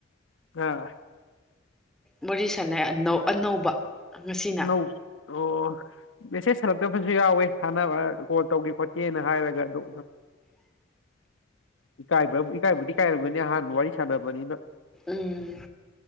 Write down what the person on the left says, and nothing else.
ꯑꯥ
ꯑꯅꯧ ꯑꯣ ꯃꯦꯁꯦꯖ ꯍꯜꯂꯛꯇꯕ ꯐꯁꯨ ꯌꯥꯎꯋꯦ ꯁꯥꯟꯅꯕ ꯀꯣꯜ ꯇꯧꯒꯦ ꯈꯣꯠꯀꯦꯅ ꯍꯥꯏꯔꯒ ꯑꯗꯨ ꯏꯀꯥꯏꯕ ꯏꯀꯥꯏꯕꯗꯤ ꯀꯥꯏꯔꯝꯒꯅꯤ ꯑꯍꯥꯟꯕ ꯋꯥꯔꯤ ꯁꯗꯕꯅꯤꯅ